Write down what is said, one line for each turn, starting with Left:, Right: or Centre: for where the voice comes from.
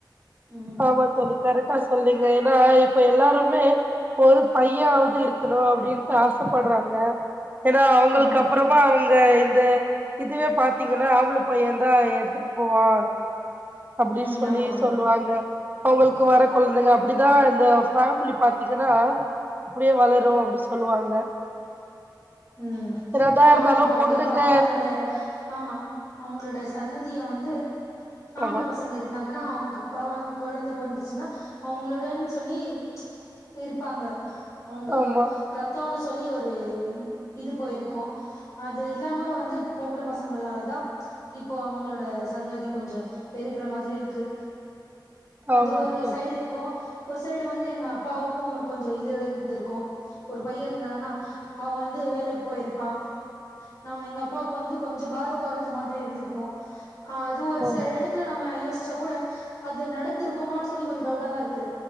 Left: ம்
Right: ஆமா தோழி கரெக்டா சொன்னீங்க ஏனா இப்ப எல்லாருமே ஒரு பையனாவது இருக்கணு அப்டின்ட்டு ஆசப்பட்றாங்க ஏனா அவுங்களுக்கப்பறமா
Left: ஆமா
Right: அவுங்க இந்த இதுவே பாத்தீங்கன்னா ஆம்பள பையேந் தா எடுத்துட்டு போவா அப்புடி
Left: ம்
Right: சொல்லி
Left: ஆமா ஆமா
Right: சொல்லுவாங்க அவுங்களுக்கு வர கொழந்தைங்க அப்டிதா இந்த ஃபேமிலி பாத்தீங்கன்னா அப்டியே வளரு அப்டி சொல்லுவாங்க
Left: ம்
Right: என்னதா
Left: ஆமா
Right: இருந்தாலு
Left: ஆமா கண்டிப்பா
Right: பொண்ணுங்க
Left: அவுங்களோட ஆமா அவுங்களோட சன்னதிய வந்து ஆம்பள
Right: ஆமா
Left: பசங்க இருந்தாங்கன்னா அவுங்க அவங்க கொழந்த பொறந்துச்சுன்னா அவுங்களுடன் சொல்லி இருப்பாங்க அவுங்க
Right: ஆமா
Left: ரத்தோனு சொல்லி ஒரு இது போயிருக்கு அது இல்லாம வந்து பொம்பள பசங்களாலதா இப்ப அவுங்களோட சங்கதி கொஞ்ச பெருகுற மாதிரி இருக்கு அது
Right: ஆமா
Left: ஒரு
Right: தோழி
Left: சைடு இருக்கு ஒரு சைடு வந்து எங்க அப்பாவுக்கு கொஞ்சோ இதுல இருந்துருக்கு ஒரு பையே இருந்தானானா அவெ வந்து வேலக்கு போயிருப்பா நாம எங்க அப்பாவுக்கு வந்து கொஞ்சொ பாரொ கொறஞ்ச மாரி இருந்துருக்கு அ அது ஒரு
Right: ஆமா
Left: செல எடத்துல நம்ம யோசிச்சா கூட அது நடந்திருக் க்மானு சொல்லி கொஞ்சோ டவுட்டா தா இருக்குது